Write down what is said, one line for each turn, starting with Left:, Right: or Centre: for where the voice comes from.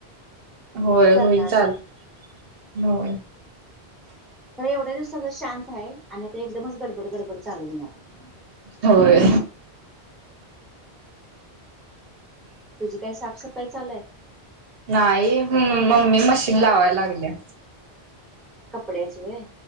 Right: होय
Centre: करणार
Right: होईल चालेल. हो.
Centre: तर एवढ्या दिवस सगळं शांत आहे. आणि आता एकदमच गडबड, गडबड. चालू होणार
Right: होय.
Centre: तुझी काही साफसफाई चालूय.
Right: नाही. मम्मी मशीन लावाय लागल्या.
Centre: कपडेची वय हम